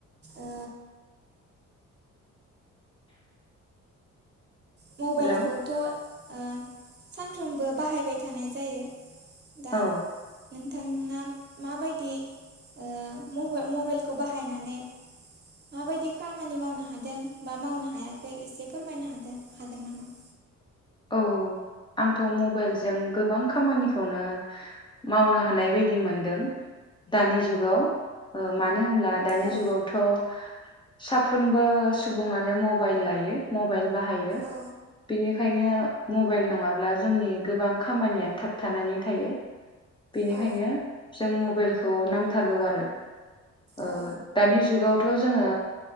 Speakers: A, on the right; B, on the left.
A: ओ मबाइलखौथ'
B: हेलौ
A: ओ सानफ्रोमबो बाहायबाय थानाय जायो। दा
B: औ
A: नोंथाङा माबायदि ओ मफो मबाइलखौ बाहायनानै माबायदि खामानि मावनो हादों बा मावनो हायाखै एसे फोरमायनो हादों <inaudible>
B: औ आंथ' मबाइलजों गोबां खामानिखौनो मावनो हानाय बायदि मोनदों दानि जुगाव ओ मान नो होनब्ला दानि
A: औ
B: जुगावथ' साफ्रोमबो सुबुङानो मबाइल लायो मबाइल बाहायो
A: औ
B: बिनि ओंखायनो मबाइल नङाब्ला जोंनि गोबां खामानियानो थाबथानानै थायो। बेनिखायनो
A: औ
B: जों मबाइलखौ नांथारगौ आरो। ओ‌
A: औ
B: दानि जुगाव थ' जोङो